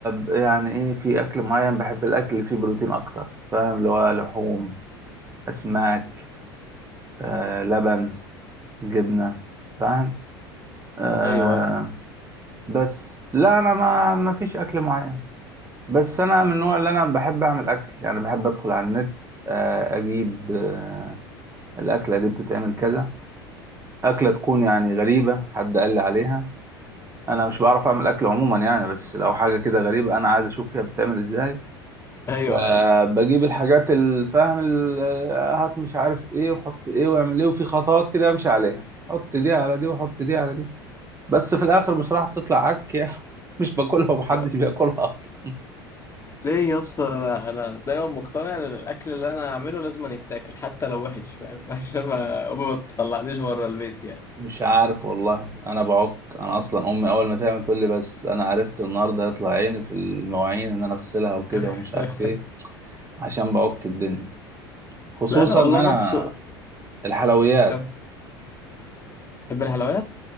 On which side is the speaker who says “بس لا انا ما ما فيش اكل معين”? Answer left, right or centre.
Right